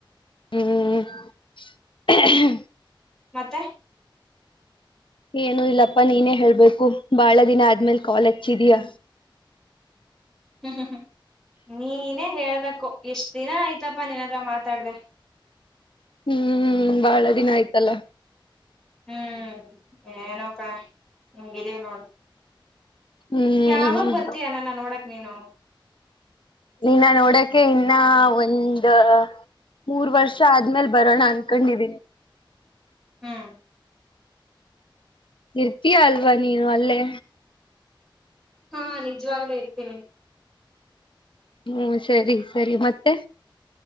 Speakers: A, on the left; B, in the centre.
A: ಹ್ಮ
B: ಮತ್ತೆ
A: ಏನು ಇಲ್ಲಪ್ಪಾ ನೀನೇ ಹೇಳ್ಬೇಕು ಬಾಳ ದಿನ ಆದ್ಮೇಲ್ ಕಾಲ್ ಹಚ್ಚಿದೀಯ
B: ಹ್ಮ್ ನೀನೇ ಹೇಳ್ಬೇಕ ಎಷ್ಟ್ ದಿನ ಆಯ್ತಪ್ಪ ನಿನ್ ಹತ್ರ ಮಾತಾಡ್ದ
A: ಹ್ಮ್ ಬಾಳ ದಿನ ಆಯ್ತಲ್ಲ
B: ಹ್ಮ್ ಏನೋ ಕಣ ಹಂಗಿದ್ದೀವಿ ನೋಡು
A: ಹ್ಮ್
B: ಯಾವಾಗ ಬರ್ತೀಯ ನನ್ನ ನೋಡಕ್ ನೀನು
A: ನೀನ್ನ ನೋಡಕೆ ಇನ್ನ ಒಂದ ಮೂರ್ ವರ್ಷ ಆದ್ಮೇಲ್ ಬರೋಣ ಅನ್ಕೊಂಡಿದೀನಿ
B: ಹ್ಮ್
A: ಇರ್ತೀಯಾ ಅಲ್ವಾ ನೀನು ಅಲ್ಲೇ
B: ಹಾ ನಿಜವಾಗ್ಲೇ ಇರ್ತೇನೆ
A: ಹ್ಮ್ ಸರಿ ಸರಿ ಮತ್ತೆ